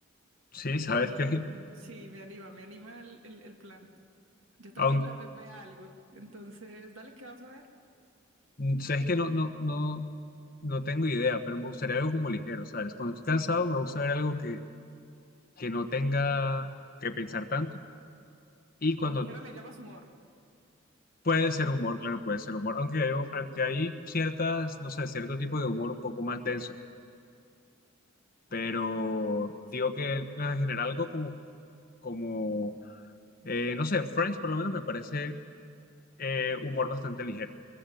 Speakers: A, on the left (about 45°); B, on the right (about 75°).
A: Sí, sabes
B: Y,
A: que,
B: y sí, me anima, me anima el, el- el plan. Yo también
A: <laughs> aunque,
B: tal vez vea algo. Entonces, dale, ¿qué vas a ver?
A: sabes que no, no, no, no tengo idea, pero me gustaría algo como ligero, ¿sabes? Cuando estoy cansado me gusta ver algo que, que no tenga que pensar tanto y cuando
B: Al ligero le llamas humor.
A: Puede ser humor, claro, puede ser humor, aunque hay, aunque hay ciertas, no sé, cierto tipo de humor un poco más denso, pero
B: Sí.
A: digo que eh, en general algo como, como eh, no sé, Friends por lo menos me parece eh, humor bastante ligero,